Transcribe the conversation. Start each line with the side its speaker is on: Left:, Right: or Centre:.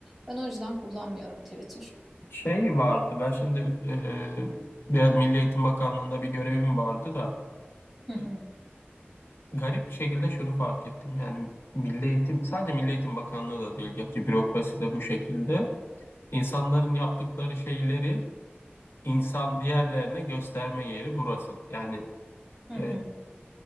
Centre: Ben o yüzden kullanmıyorum Twitter.
Left: Şey vardı ben şimdi e, biraz Milli Eğitim Bakanlığı'nda bir görevim vardı da
Centre: Hı
Left: e,
Centre: hı,
Left: garip bir şekilde şunu fark ettim yani Milli Eğitim sadece Milli Eğitim Bakanlığı da değil gerçi bürokrasi de bu şekilde insanların yaptıkları şeyleri insan diğerlerine gösterme yeri burası yani
Centre: hı
Left: e,
Centre: hı,